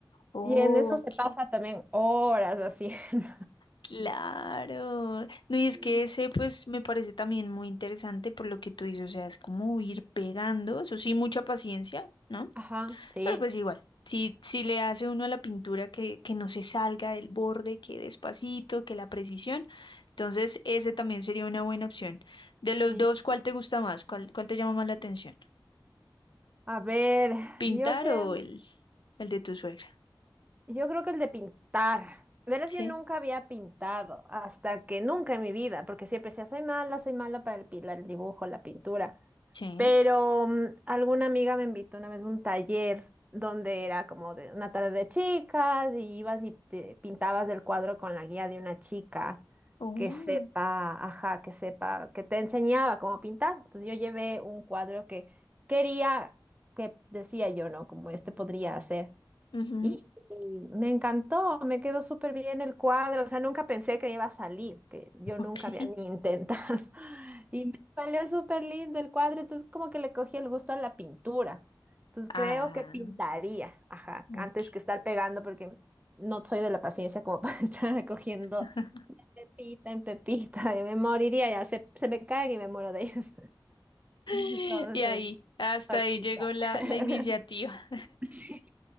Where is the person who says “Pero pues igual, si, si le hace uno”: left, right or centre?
Left